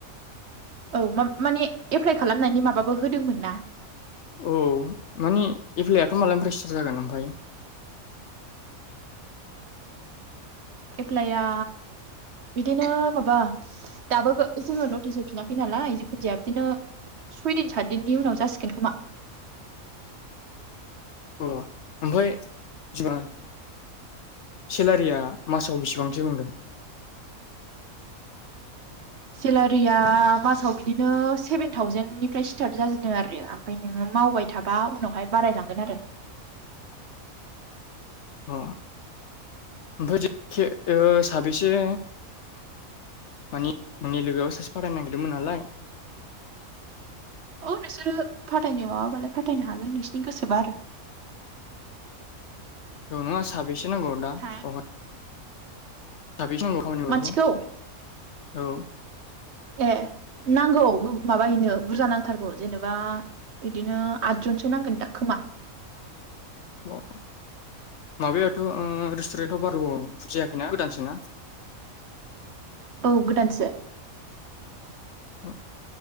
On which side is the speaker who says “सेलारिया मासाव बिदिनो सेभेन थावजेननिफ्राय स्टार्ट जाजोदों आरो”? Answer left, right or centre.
Right